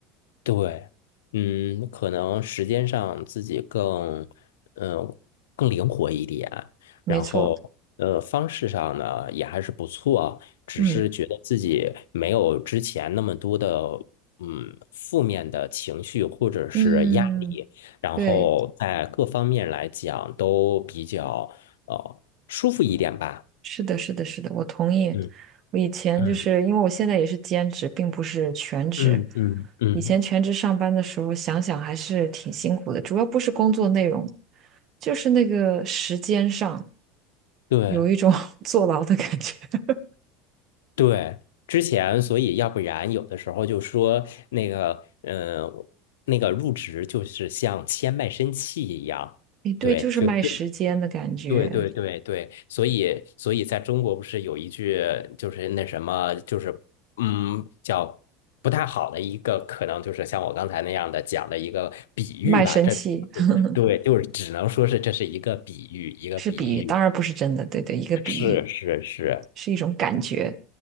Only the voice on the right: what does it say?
没错，
嗯
嗯，
对。
是的，是的，是的，我同意。
我以前就是因为我现在也是兼职，
并不是全职。
以前全职上班的时候，想想还是挺辛苦的，主要不是工作内容，就是那个时间上
有一种 <laughs> 坐牢的感觉。<laughs>
诶，对，
就是卖时间的感觉，
卖身契
<laughs>
是比喻，当然不是真的。对对，一个比喻
是一种感觉。